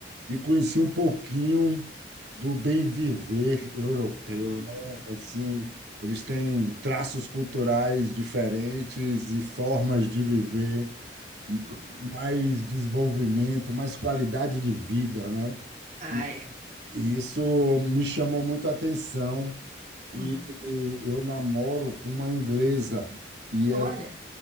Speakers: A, on the right; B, on the right.
A: e conheci um pouquinho do bem viver europeu,
B: Uhum,
A: né? Assim,
B: é,
A: eles têm traços culturais diferentes e formas de viver, um
B: uhum.
A: mais desenvolvimento, mais qualidade de vida, né?
B: Ah,
A: E
B: é.
A: e isso me chamou muita atenção e
B: Uhum.
A: e eu namoro com uma inglesa. e
B: Olha,
A: ela